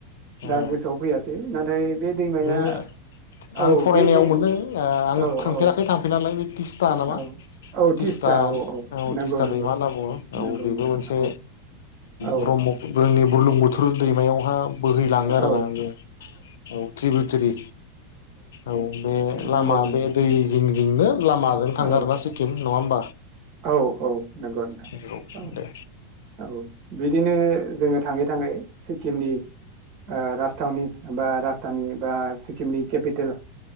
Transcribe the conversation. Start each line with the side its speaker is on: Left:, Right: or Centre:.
Right: दा
Left: ए
Right: गोसोआव फैयासै नाथाय बे दैमाया
Left: बे आं
Right: औ
Left: फरायनायाव
Right: बे दै
Left: मोनदों ओ आं
Right: औ
Left: थांफेराखै
Right: औ
Left: थांफेरनायालाय बे तिस्था नामा
Right: औ औ
Left: तिस्टा
Right: तिस्था औ
Left: औ
Right: नंगौ
Left: तिस्टा
Right: नंगौ
Left: दैमा होनना बुङो औ
Right: नंगौ
Left: बेबो
Right: नोंथां
Left: मोनसे
Right: औ औ
Left: ब्रह्मफु जोंनि बुरलुंबुथुर दैमायावहा बोहैलाङो आरोना
Right: औ
Left: बे औ त्रिबुटरी औ बे लामा
Right: नंगौ नंगौ
Left: बे दै जिं जोंनो लामाजों थांगारबा
Right: औ
Left: सिक्किम नङा होनबा?
Right: औ औ नंगौ नोंथां
Left: नंगौ
Right: औ
Left: दे
Right: औ। बिदिनो जोङो थाङै थाङै सिक्किमनि ओ राजथावनि बा राजथानि बा सिक्किमनि केपिटेल